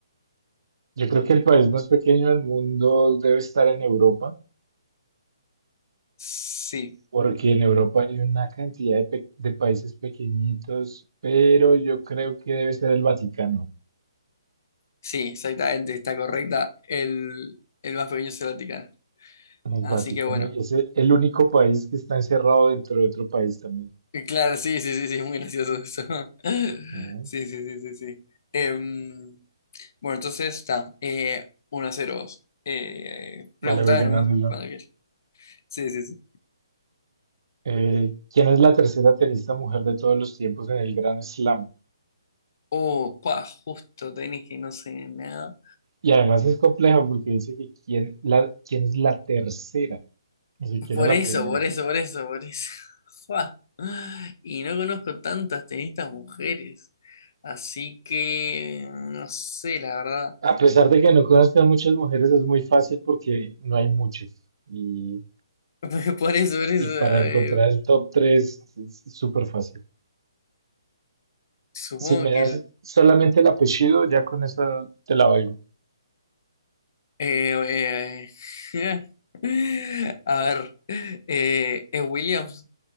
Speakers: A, on the right; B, on the left.
A: Yo creo que el país más pequeño del mundo debe estar en Europa,
B: Sí.
A: porque en Europa hay una cantidad de, pe- de países pequeñitos, pero yo creo que debe ser el Vaticano.
B: Sí, exactamente, está correcta. El, el más pequeño es el Vaticano.
A: El
B: Así
A: Vaticano,
B: que bueno.
A: y es el el único país que está encerrado dentro de otro país también.
B: Y Claro, sí, sí, sí, sí, es muy gracioso eso. <laughs>
A: Ah,
B: Sí, sí, sí, sí, sí. Em, bueno, entonces está. Eh, 1 a cero, vos. Eh,
A: Vale,
B: preguntame
A: voy ganándolo.
B: nomás cuando quieras. Sí, sí, sí.
A: Eh, ¿quién es la tercera tenista mujer de todos los tiempos en el Grand Slam?
B: Oh, pa, justo tenés que no sé nada.
A: Y además es compleja porque dice que quién, la, quién es la tercera. Ni siquiera
B: Por
A: la
B: eso,
A: primera.
B: por eso, por eso, por eso. <laughs> Fua. Y no conozco tantas tenistas mujeres. Así que no sé, la verdad.
A: A pesar de que no conozcan muchas mujeres, es muy fácil porque no hay muchas. Y,
B: <laughs> Por eso, por eso,
A: y para
B: eh,
A: encontrar el top 3 es súper fácil.
B: supongo
A: Si me das
B: que el,
A: solamente el apellido, ya con eso te la valgo.
B: eh, eh, <laughs> a ver, eh, ¿es Williams?